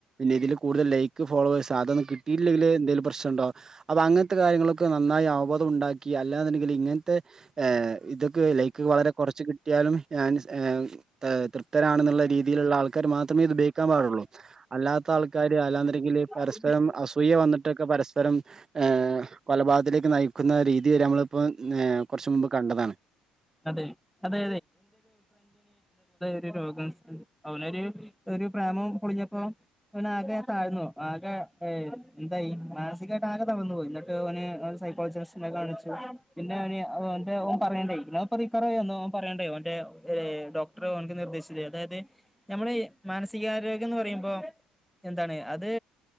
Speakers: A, on the right; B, in the centre.
A: ഇതിൽ കൂടുതൽ ലൈക്ക് ഫോളോവയ്സ് അതൊന്നും കിട്ടയില്ലെങ്കിലെ എന്തേലും പ്രശ്നണ്ടോ അപ്പ അങ്ങനത്തെ കാര്യങ്ങളിലൊക്കെ നന്നായി അവബോധം ഉണ്ടാക്കി അല്ലാന്നുണ്ടെങ്കിൽ ഇങ്ങൻ ത്തെ എ ഇതൊക്കെ ലൈക്ക് വളരെ കുറച്ച് കിട്ട് പറ്റിയാലും ഞാൻ ഏ താ തൃ ത്തരാണെന്നുള്ള രീതിയിലുള്ള ആൾക്കാര് മാത്രമേ ഇത് ഉപയോഗിക്കാൻ പാടൊള്ളൂ അല്ലാത്ത ആൾക്കാര് അല്ലാന്ന്ണ്ടെങ്കില്
B: ആഹ്
A: പരസ്പരം അസൂയ വന്നിട്ട് പരസ്പരം എ കൊ വാതിലേക്ക് നയിക്കുന്ന രീതി വരെ നമ്മള് ഇപ്പോൾ കുറച്ച മുമ്പ് കണ്ടതാണ്
B: അതെ അതെ ര അവനൊരു ഒരു പ്രേമം പൊളിഞ്ഞപ്പോ അവൻ ആകെ താഴ്ന്നു ആകെ എന്തായി മാനസികമായിട്ട് ആകെ തകർന്നുപോയി എന്നിട്ട് അവന് സൈക്കോളജിസ്റ്റിനെ കാണിച്ചു പിന്നെ അവന് അവന്റെ ഓ പറയണ്ടായി ക്കാറോ അവ പറയണ്ടേ അവന്റെ ഡോക്ടർ അവനക്ക് നിർദ്ദേശിച്ചത് അതായത് നമ്മുടെ മാനസികാരോഗ്യം എന്ന് പറയുമ്പോ എന്താണ് അത്